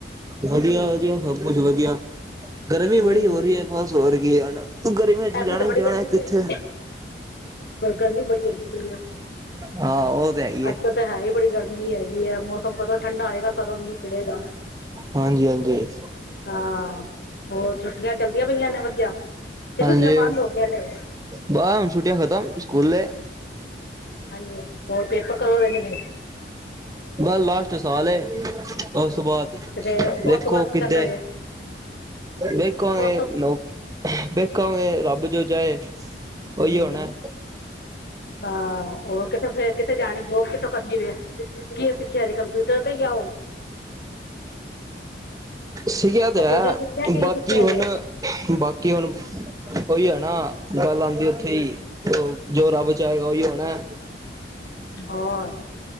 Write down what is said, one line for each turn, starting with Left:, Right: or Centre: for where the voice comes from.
Right: ਵਧੀਆ ਵਧੀਆ ਸਭ ਕੁਛ ਵਧੀਆ, ਗਰਮੀ
Left: ਹਮ
Right: ਬੜੀ ਹੋ ਰਹੀ ਹੈ ਬਸ ਹੋਰ ਕੀ ਆ ਨਾ। ਗਰਮੀਆ ਵਿੱਚ
Left: ਇੱਥੇ
Right: ਜਾਣਾ
Left: ਤਾਂ
Right: ਹੀ
Left: ਬੜੀ
Right: ਜਣਾ
Left: ਗਰਮੀ
Right: ਕਿੱਥੇ।
Left: ਹੈਗੀ ਗਰਮੀ ਬੜੀ ਹੈਗੀ ਪਈ ਆ
Right: ਹਾਂ ਉਹ ਤੇ ਹੈ ਈ।
Left: ਅੱਜ ਕੱਲ ਤਾਂ ਹੈ ਹੀ ਬੜੀ ਗਰਮੀ ਹੈਗੀ ਹੈ ਮੌਸਮ ਕਦੋਂ ਠੰਢਾ ਆਏਗਾ ਕਦੋਂ ਮੀਂਹ ਪਏਗਾ।
Right: ਹਾਂਜੀ ਹਾਂਜੀ।
Left: ਹਾਂ, ਹੋਰ ਛੁੱਟੀਆਂ ਚੱਲਦੀਆਂ ਪਈਆਂ ਨੇ ਵਧੀਆ। ਕਿ
Right: ਹਾਂਜੀ,
Left: ਛੁੱਟੀਆਂ ਬੰਦ ਹੋ ਗਈਆਂ ਨੇ
Right: ਬਸ ਹੁਣ ਛੁੱਟੀਆਂ ਖਤਮ ਸਕੂਲੇ।
Left: ਹਾਂਜੀ ਹੋਰ ਪੇਪਰ ਕਦੋਂ ਦੇਣੇ ਨੇ।
Right: ਬਸ ਲਾਸਟ ਸਾਲ ਏ ਉਸ ਤੋਂ ਬਾਅਦ।
Left: ਫੇਰ ਉਸ
Right: ਵੇਖੋ
Left: ਤੋਂ ਬਾਅਦ ਕੀ
Right: ਕਿਤੇ
Left: ਕਰਨਾ ਜੇ
Right: ਵੇਖੋ ਇਹ
Left: ਉਸ ਤੋਂ
Right: ਨੌਕ ਵੇਖਾਗੇ ਰੱਬ ਜੋ ਜਾਏ ਉਹੀ
Left: ਹਮ
Right: ਹੋਣਾ।
Left: ਹਾਂ ਉਹ ਕਿਥੇ ਫਰ ਕਿਥੇ ਜਾਣੀ ਜੋਬ ਕਿੱਥੋਂ ਕਰਨੀ ਵੇ ਕੀ ਅਸੀਂ ਕਿਹਾ ਅਜੇ ਕੰਪਿਊਟਰ ਤੇ ਹੀ ਆਓ।
Right: ਸੀ ਏ
Left: ਕੰਪਿਊਟਰ
Right: ਤੇ ਹੈ
Left: ਸਿੱਖਿਆ ਕੀ
Right: ਬਾਕੀ
Left: ਸਿੱਖਿਆ
Right: ਹੁਣ
Left: ਜੇ
Right: ਬਾਕੀ ਹੁਣ। ਉਹੀ ਹੋਣਾ ਗੱਲ ਆਉਂਦੀ ਉੱਥੇ ਹੀ ਜੋ ਰੱਬ ਚਾਹੇਗਾ ਉਹੀ ਹੋਣਾ।
Left: ਹੋਰ